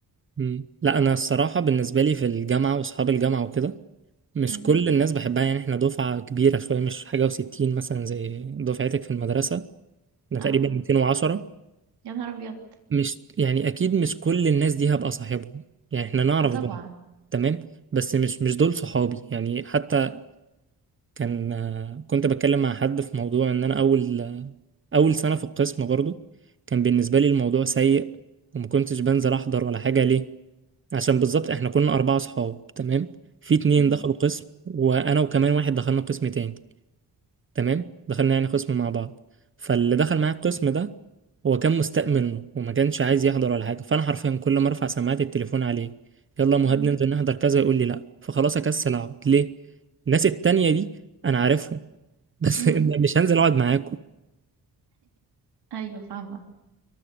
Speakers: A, on the right (about 30°); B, on the right (about 85°).
A: مم. لا أنا الصراحة بالنسبة لي في الجامعة وصحاب الجامعة وكده
B: <laughs>
A: مش
B: أمم.
A: كل الناس بحبها يعني إحنا دفعة كبيرة شوية مش حاجة وستين مثلا زي دفعتك في المدرسة انا
B: اه
A: تقريبا 210
B: يا نهار أبيض
A: مش يعني اكيد مش كل الناس دي هبقى صاحبهم يعني احنا نعرف
B: اه طبعا
A: بعض تمام بس مش مش دول صحابي يعني حتى كان آه، كنت بتكلم مع حد في موضوع ان انا اول آه، اول سنة في القسم برضو كان بالنسبة لي الموضوع سيء وما كنتش بنزل احضر ولا حاجة ليه عشان بالظبط احنا كنا اربعة صحاب تمام في اتنين
B: أمم.
A: دخلوا قسم وانا وكمان واحد دخلنا قسم تاني تمام دخلنا يعني قسم مع بعض فاللي دخل معايا القسم ده هو كان مستاء منه وما كانش عايز يحضر ولا حاجه فانا حرفيا كل ما ارفع سماعه التليفون عليه يلا يا مهاب
B: أمم.
A: ننزل نحضر كذا يقول لي لا فخلاص اكسل اقعد ليه الناس التانية دي انا عارفهم بس
B: أمم.
A: <laughs> مش هنزل اقعد معاكم
B: ايوه فاهمه